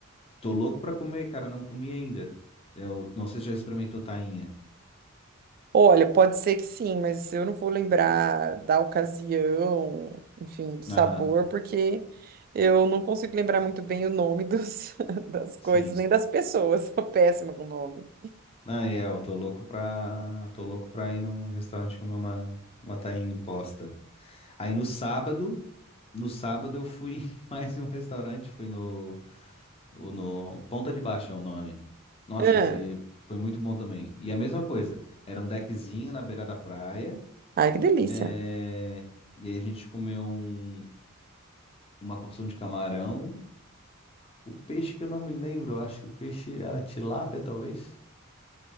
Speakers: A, on the left; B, on the right.
A: Tô louco pra comer, cara. Não comi ainda. Eu não sei se já experimentou tainha.
B: Olha, pode ser que sim, mas eu não vou lembrar da ocasião, enfim, do sabor,
A: Aham,
B: porque eu não consigo lembrar muito bem o nome dos, <laughs> das coisas,
A: sim.
B: nem das pessoas, sou péssima com o nome.
A: Não, é, eu tô louco pra. Tô louco pra ir num restaurante comer uma, uma tainha imposta. Aí no sábado, no sábado eu fui <laughs> em mais um restaurante, fui no. o- No. Ponta de Baixa é o nome. Nossa,
B: Ah,
A: mas e- foi muito bom também. E a mesma coisa. Era um deckzinho na beira da praia.
B: ai, que delícia!
A: É, E aí a gente comeu um- uma porção de camarão. O peixe que eu não me lembro, eu acho que o peixe era tilápia, talvez.